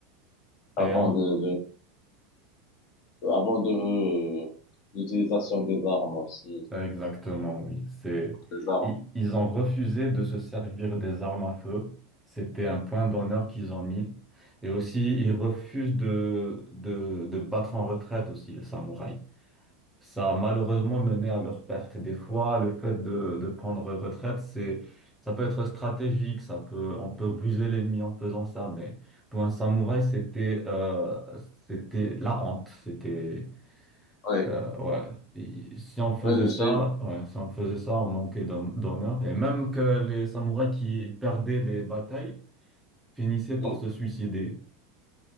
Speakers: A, on the left; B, in the centre.
A: avant
B: Et en-
A: de, de- avant de euh, l'utilisation des armes aussi.
B: exactement, oui. C'est,
A: Des armes.
B: ils, ils ont refusé de se servir des armes à feu. C'était un point d'honneur qu'ils ont mis. Et aussi, ils refusent de, de, de battre en retraite aussi, les samouraïs. Ça a malheureusement mené à leur perte. Des fois, le fait de, de prendre retraite, c'est, ça peut être stratégique, ça peut, on peut ruser l'ennemi en faisant ça, mais pour un samouraï, c'était, euh, c'était la honte. C'était,
A: Oui,
B: euh, ouais. Et si on faisait
A: oui, je
B: ça,
A: sais.
B: ouais, si on faisait ça, on manquait d'hon- d'honneur. Et même que les samouraïs qui perdaient les batailles finissaient par
A: Hmm?
B: se suicider.